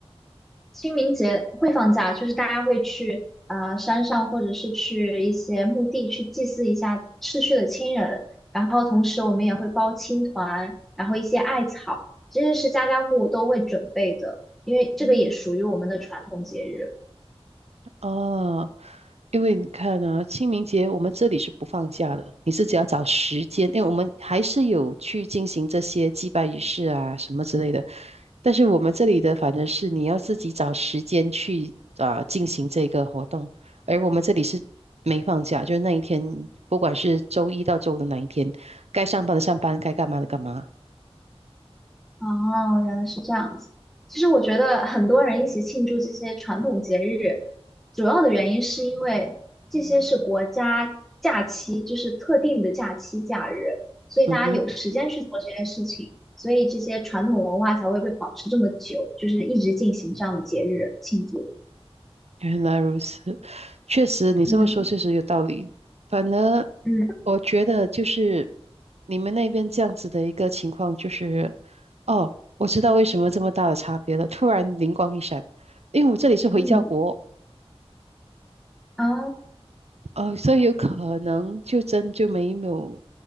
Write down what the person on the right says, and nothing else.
嗯，哦，因为你看啊，清明节我们这里是不放假的，你自己要找时间，因为我们还是有去进行这些祭拜仪式啊什么之类的，但是我们这里的反正是你要自己找时间去啊、进行这个活动，而我们这里是没放假，就是那一天，不管是周一到周五的哪一天，该上班的上班，该干嘛的干嘛。
嗯哼。
原来如此，确实你这么说确实有道理。
反而
我觉得就是你们那边这样子的一个情况，就是哦，我知道为什么这么大的差别了。突然灵光一闪，因为我这里是回教国，
呃，所以有可能就真就没有。